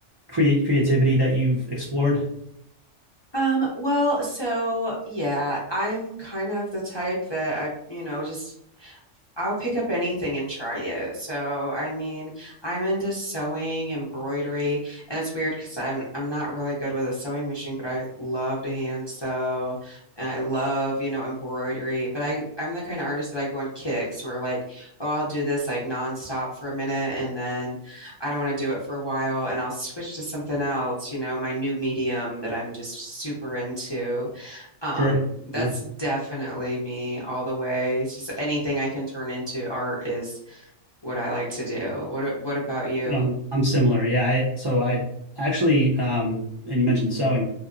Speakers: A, on the right; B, on the left.
A: create creativity that you've explored?
B: Um, well, so yeah, I'm kind of the type that I, you know, just I'll pick up anything and try it. So, I mean, I'm into sewing, embroidery, and it's weird because I'm I'm not really good with a sewing machine, but I love to hand sew and I love, you know, embroidery. But I I'm the kind of artist that I go on kicks where like, oh, I'll do this like nonstop for a minute and then I don't want to do it for a while and I'll switch to something else, you know, my new medium that I'm just super into. Um,
A: Sure.
B: that's
A: Yeah.
B: definitely me all the way. It's just anything I can turn into art is what I like to do. What a- what about you?
A: I'm I'm similar. Yeah. I, so I actually, um, and you mentioned sewing.